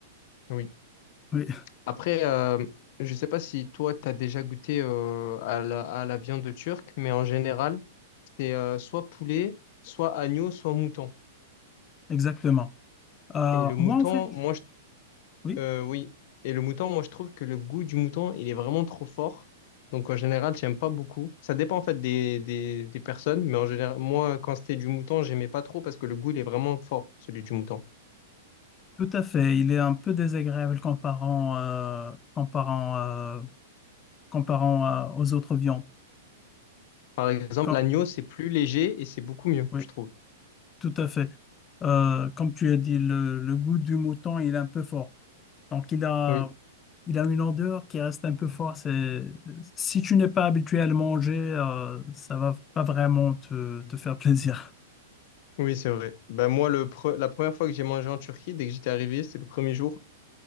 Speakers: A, on the left; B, on the left.
A: Oui.
B: Oui,
A: Après, euh, je sais pas si toi, t'as
B: <laughs>
A: déjà goûté euh, à la, à la viande turque, mais en général, c'est euh, soit poulet, soit agneau, soit mouton.
B: exactement. Euh,
A: Et le mouton,
B: moi, en fait,
A: moi, je,
B: oui,
A: euh, oui. Et le mouton, moi, je trouve que le goût du mouton, il est vraiment trop fort. Donc, en général, j'aime pas beaucoup. Ça dépend, en fait, des, des, des personnes. Mais en général, moi, quand c'était du mouton, j'aimais pas trop parce que le goût, il est vraiment fort, celui du mouton.
B: tout à fait. Il est un peu désagréable comparant, euh, comparant, euh, comparant euh, aux autres viandes.
A: Par exemple,
B: Comme,
A: l'agneau, c'est plus léger et c'est beaucoup mieux,
B: oui.
A: je trouve.
B: Tout à fait. Euh, comme tu as dit, le, le goût du mouton, il est un peu fort. Donc, il a,
A: Oui,
B: il a une odeur qui reste un peu forte. C'est, si tu n'es pas habitué à le manger, euh, ça va pas vraiment te, te faire <laughs> plaisir.
A: oui, c'est vrai. Ben, moi, le pre- la première fois que j'ai mangé en Turquie, dès que j'étais arrivé, c'était le premier jour.